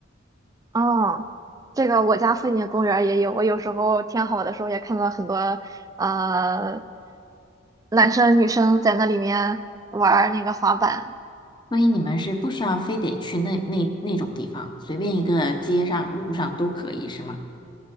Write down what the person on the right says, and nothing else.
哦，这个我家附近的公园儿也有，我有时候天好的时候也看到很多呃男生女生在那里面玩儿那个滑板。